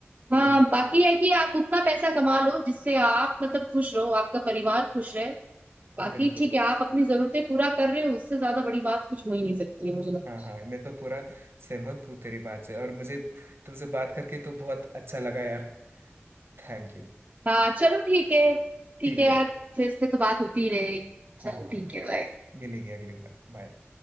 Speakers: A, on the right; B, on the right.
A: हाँ
B: बिल्कुल
A: बाकी
B: बिल्कुल
A: है कि आप उतना पैसा कमा लो जिससे आप मतलब खुश रहो आपका परिवार खुश रहे बाकी
B: बिल्कुल
A: ठीक है आप अपनी जरूरतें पूरा कर रहे हो उससे ज्यादा बड़ी बात कुछ हो ही नहीं सकती है मुझे लगता
B: हाँ हाँ मैं तो पूरा सहमत हूँ तेरी बात से और मुझे तुमसे बात करके तो बहुत अच्छा लगा यार Thank you
A: है हाँ चलो ठीक है ठीक
B: ठीक
A: है यार
B: है
A: फिर इस पे तो बात होती ही रहेगी चलो
B: हाँ हाँ
A: ठीक है बाय
B: मिलेंगे अगली बार बाय